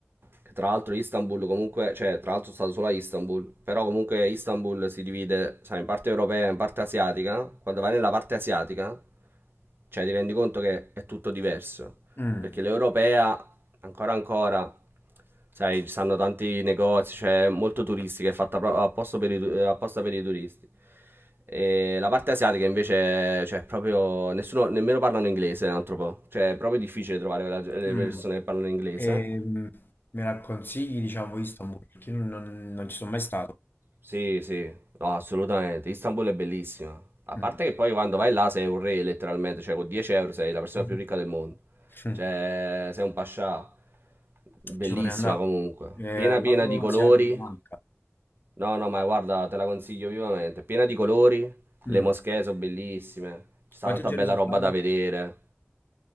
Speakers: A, on the right; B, on the left.
A: che tra l'altro Istanbul comunque, cioè tra l'altro è stato solo a Istanbul, però comunque Istanbul si divide, sai, in parte europea e in parte asiatica. Quando vai nella parte asiatica, cioè ti rendi conto che è tutto diverso,
B: Mm,
A: perché l'europea Ancora ancora, sai, ci stanno tanti negozi, cioè molto turistica, è fatta proprio apposta per i, tu- eh, apposta per i turisti. E la parte asiatica invece, cioè proprio nessuno, nemmeno parlano inglese, un altro po'. Cioè è proprio difficile trovare quella- le
B: mm.
A: persone che parlano inglese.
B: E, mm, me la consigli, diciamo, Istanbul, perché io non, non ci sono mai stato.
A: Sì, sì, no, assolutamente. Istanbul è bellissima. A
B: Mm.
A: parte che poi quando vai là sei un re letteralmente, cioè con 10 euro sei la
B: <laughs>
A: persona più ricca del mondo.
B: Mm.
A: Cioè sei un pascià. Bellissima
B: Ci vorrei andare.
A: comunque,
B: Eh,
A: piena
B: al
A: piena
B: lato
A: di colori,
B: asiatico mi manca.
A: No, no, ma guarda, te la consiglio vivamente. Piena di colori, le
B: Mm.
A: moschee sono bellissime, c'è
B: Quanti
A: tanta
B: giorni
A: bella
B: sei
A: roba
B: stato?
A: da vedere.